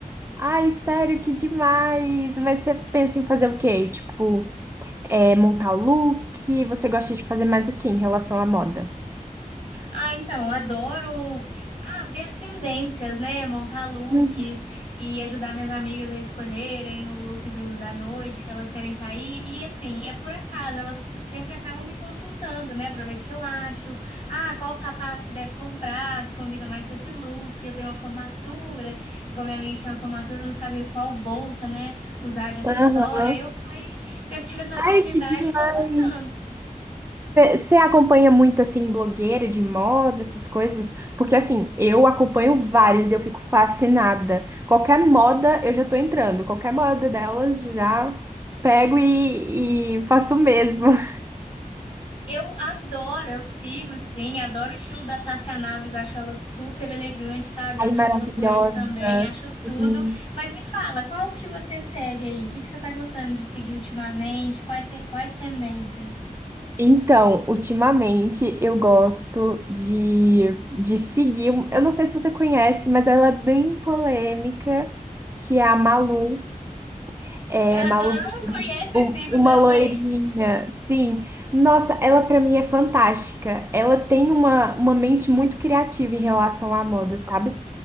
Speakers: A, on the right; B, on the left.
A: Ai, sério, que demais! Mas você pensa em fazer o quê? Tipo, é, montar look? Você gosta de fazer mais o quê em relação à moda?
B: Ah, então, adoro ah, ver as tendências, né? Montar looks
A: Hum,
B: e ajudar minhas amigas a escolherem o look do, da noite que elas querem sair. E assim, é por acaso, elas sempre acabam me consultando, né? Pra ver o que eu acho. Ah, qual sapato que deve comprar, que combina mais com esse look. Eu tenho uma formatura, e como minha amiga tinha uma formatura, eu não sabia qual bolsa, né? Usar de acessório.
A: Aham.
B: Aí eu fui, sempre tive essa facilidade
A: Ai, que demais!
B: e tô gostando.
A: Você acompanha muito, assim, blogueira de moda, essas coisas? Porque, assim, eu acompanho várias e eu fico fascinada. Qualquer moda, eu já tô entrando. Qualquer moda delas, já pego e, e faço o mesmo. <laughs>
B: Eu adoro, eu sigo, sim, adoro o estilo da Tássia Naves, acho ela super elegante, sabe? Da
A: Ai,
B: Camila
A: maravilhosa.
B: Coelho também, acho tudo.
A: Sim.
B: Mas me fala, qual que você segue aí? O que que você tá gostando de seguir ultimamente? Quais, te- quais tendências?
A: Então, ultimamente, eu gosto de, de seguir... um- Eu não sei se você conhece, mas ela é bem polêmica, que é a Malu. É,
B: Aham,
A: Malu Brown,
B: conheço
A: um-
B: e sigo
A: uma
B: também.
A: loirinha, sim. Nossa, ela pra mim é fantástica. Ela tem uma, uma mente muito criativa em relação à moda, sabe?